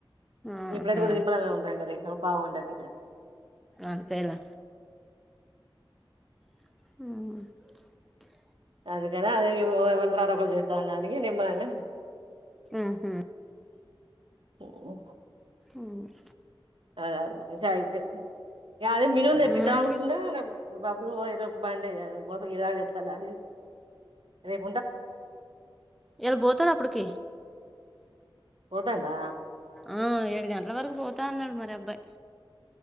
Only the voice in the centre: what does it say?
ఆహా
అంతేలే హు
ఉహు
ఉహ్
ఉమ్
ఇలా పోతారు అప్పటికి
ఆ ఏడు గంటల వరకు పోతా అన్నడు మరి అబ్బాయి